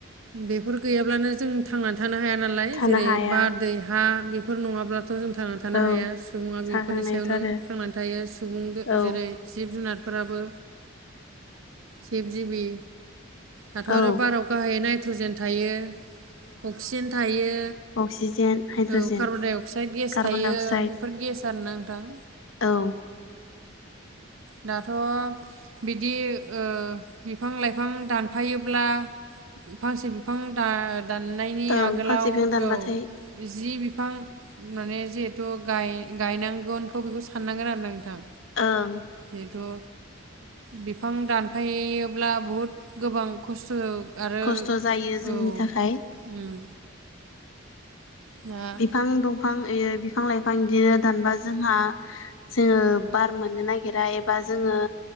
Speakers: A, on the right; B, on the left.
A: बेफोर गैयाब्लानो जों थांनानै थानो हाया नालाय
B: थानो
A: जेरै
B: हाया
A: बार दै हा बेफोर नङाब्लाथ जों था थानो
B: औ
A: हाया सुबुङा बेफोरनि
B: सानखांनायाथ'
A: सायावनो
B: आरो
A: थांनानै थायो सुबुं
B: औ
A: जेरै जिब जुनार फोराबो जिब जिबि दाथ आरो
B: औ
A: बाराव गाहायै नाइट्रजेन थायो अक्सिजेन थायो
B: अक्सिजेन हाइद्रजेन
A: औ कार्बनडाइ अक्साइड गेस
B: कार्बन
A: थायो
B: डाइ अक्साइड
A: बेफोरनो गेस गार ना नोंथां
B: औ
A: दाथ बिदि ओ बिफां लाइफां दानफायोब्ला फांसे बिफां दा दाननायनि
B: ओं
A: आगोलाव
B: फांसे बिफां दानबाथाय
A: औ जि बिफां माने जिहेथु गाय गायनांगोनखौ बेखौ साननांगोन आरो ना नोंथां
B: ओं
A: जिहेथु बिफां दानफायोब्ला बहुद गोबां खस्थ आरो
B: खस्थ जायो जोंनि
A: औ
B: थाखाय
A: उम दा
B: बिफां दंफां यो बि बिफां लाइफां बिदिनो दानबा जोंहा जोङो बार मोननो नागिरा एबा जोङो